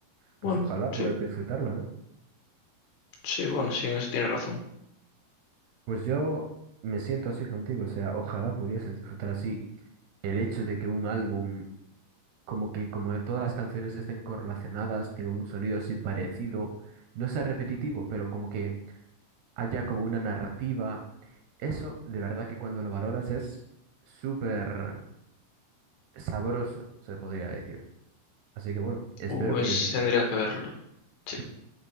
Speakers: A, on the right; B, on the left.
A: pues
B: Bueno,
A: ojalá
B: sí,
A: poder disfrutarla, ¿no?
B: sí, bueno, sí, en eso tienes razón.
A: Pues yo me siento así contigo, o sea, ojalá pudiese disfrutar así el hecho de que un álbum, como que como todas las canciones estén correlacionadas, tengan un sonido así parecido, no sea repetitivo, pero como que haya como una narrativa. Eso, de verdad que cuando lo valoras es súper sabroso, se podría decir. Así que bueno, espero
B: Pues
A: que...
B: tendría que verlo. Sí.
A: <laughs>